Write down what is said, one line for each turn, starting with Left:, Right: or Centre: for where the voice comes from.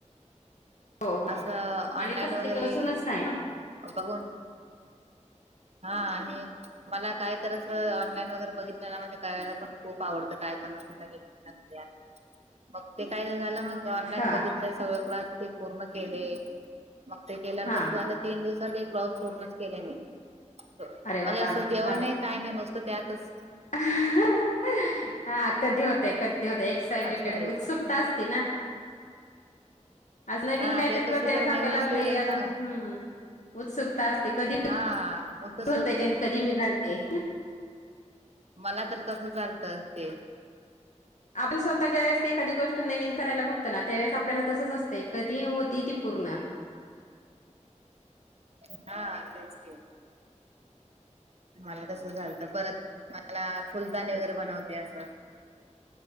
Left: हो हो
Right: असं ऑनलाईन
Left: आणि तसं
Right: वगैरे
Left: ते कसूनच का ना
Right: बघून हा आणि मला काय तर ऑनलाईन वगैरे बघित म्हणजे करायला पण खूप आवडतं काय पण असल वे नल्या मग ते काय तर झालं मग. ऑनलाईन
Left: हा
Right: बघितल. सगळ क्लास ते पूर्ण केले. मग ते केल्यावर
Left: हा
Right: कसं झालं तीन दिवसात एक ब्लाउज पूर्णच केले मी. म्हणजे
Left: अरे वा
Right: असं जेवण
Left: हा
Right: नाही काय नाही नुसतं, त्यातच.
Left: <unintelligible> हा, कधी होतय. कधी होतय. एक्स यटेड,
Right: असं व्हायचं
Left: उत्सुकता असती ना. आज नवीन
Right: हा
Left: काहीतरी
Right: ते कसं
Left: करता
Right: जरा
Left: येस आपल्याला
Right: नवीन असलं
Left: लई
Right: की
Left: आस.
Right: चांगलं
Left: हम्म्. उत्सुकता असते. कधी
Right: हा मग तस
Left: होत ते, न कधी मी घालते.
Right: मला तर तसं झालतं, ते.
Left: आपण स्वतः ज्यावेळेस ती एखादी गोष्ट नवीन करायला बघतो ना. त्यावेळेस आपल्याला तसंच असतंय, कधी होतीय ती पूर्ण.
Right: <inaudible> हा, तेच की. मला तसं झालत. परत, मला फुलदाणी वगैरे बनवते असं.